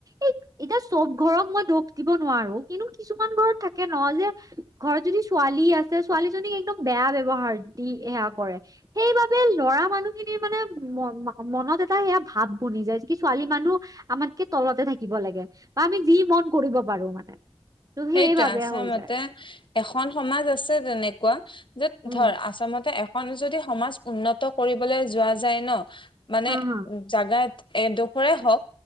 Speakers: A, on the right; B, on the left.
A: এই এতিয়া চব ঘৰক মই দোষ দিব নোৱাৰোঁ কিন্তু কিছুমান ঘৰত থাকে ন যে- ঘৰত যদি ছোৱালী আছে ছোৱালীজনীক একদম বেয়া ব্যৱহাৰ দি সেয়া কৰে সেইবাবে, ল'ৰা মানুহখিনিৰ মানে ম মনত এটা সেয়া ভাৱ বনি যায় কি ছোৱালী মানুহ। আমাতকে তলতে থাকিব লাগে বা আমি যি মন কৰিব পাৰোঁ মানে। ত সেইবাবে
B: সেইটোৱে আছলতে
A: হৈ যায়
B: এখন সমাজ আছে তেনেকুৱা য'ত
A: উম
B: ধৰ আচমতে যদি সমাজ উন্নত কৰিবলৈ যোৱা যায় ন মানে
A: হা হা
B: জাগাত এডোখৰে হওঁক